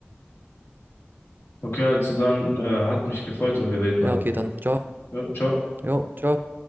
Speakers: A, on the left; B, on the right.
A: Okay, also dann äh, hat mich gefreut und wir reden
B: Ja,
A: dann nochmal.
B: okay, dann. Ciao.
A: Ja, ciao.
B: Jo, ciao.